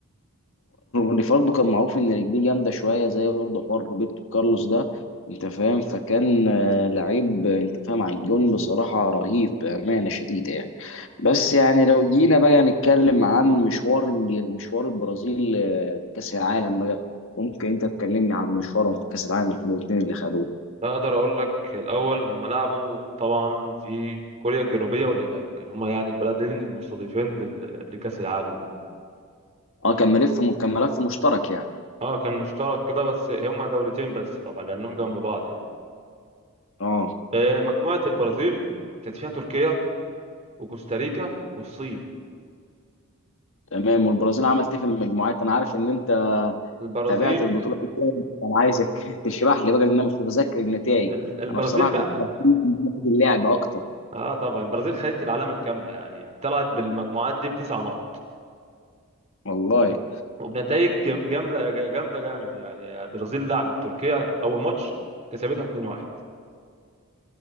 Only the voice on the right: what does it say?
اقدر اقول لك الاول هم لعبوا طبعا في كوريا الجنوبية واليابان كان هما يعني البلدين المستضيفين لل- لكأس العالم ده
اه كان مشترك كده بس هما دولتين بس طبعا لانهم جنب بعض يعني
آه مجموعة البرازيل كانت فيها تركيا وكوستاريكا والصين
البرازيل
ال- البرازيل
بقى
اه طبعا البرازيل خدت العلامة الكاملة يعني طلعت بالمجموعات دي بتسع نقط
وبنتائج جم- جامده جامده جامد يعني البرازيل لعبت تركيا اول ماتش كسبتها 2-1